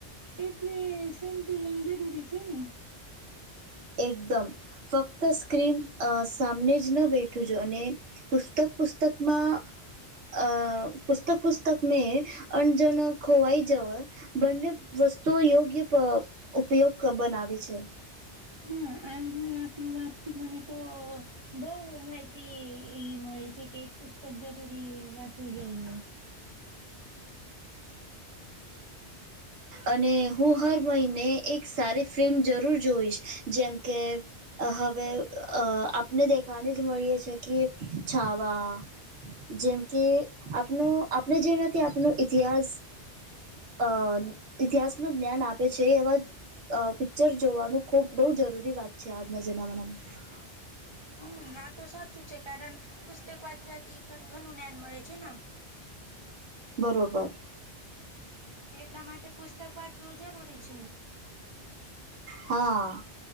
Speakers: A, on the right (about 35°); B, on the right (about 80°).
A: એટલે સંતુલન જરૂરી છે ને
B: એકદમ ફક્ત સ્ક્રીન સામને જ ન બેઠું છે જો અને પુસ્તક પુસ્તકમાં પુસ્તક પુસ્તક મે અણજણ ખોવાઈ જવ બંને વસ્તુઓ યોગ્ય ઉપયોગ બનાવે છે
A: હા આજની આપની વાતથી મને તો બઉ માહિતી એ મળે છે કે એક પુસ્તક જરૂરી વાંચવું જોઈએ
B: અને હું હર મહિને એક સારી ફિલ્મ જરૂર જોઈશ જેમ કે હવે આપને દેખાને જ મળીએી કે છાવા જેમ કે આપનો આપણે જેનાથી આપનો ઇતિહાસ અ ઇતિહાસ ન જ્ઞાન આપે છે એવા અ પિક્ચર જોવાનું ખૂબ બહુ જરૂરી વાત છે આજના જમામાનામાં
A: હા હમ હા તો સાચું છે કારણ પુસ્તક વાંચવાથી પણ ઘણું જ્ઞાન મળે છે ને
B: બરાબર
A: એટલા માટે પુસ્તક વાંચવું જરૂરી છે
B: હા